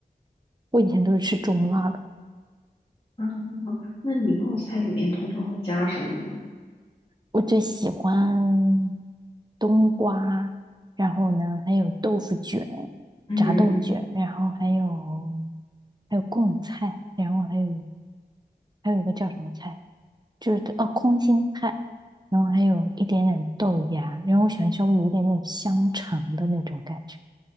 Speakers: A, on the right; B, on the left.
A: 我以前都是吃中辣的，
B: 啊，那你冒菜里面通常会加什么呢？
A: 我最喜欢冬瓜，然后呢还有豆腐卷，
B: 嗯
A: 炸豆腐卷，然后还有还有贡菜，然后还有还有一个叫什么菜？就是哦，空心菜，然后还有一点点豆芽，然后我喜欢稍微有一点点香肠的那种感觉，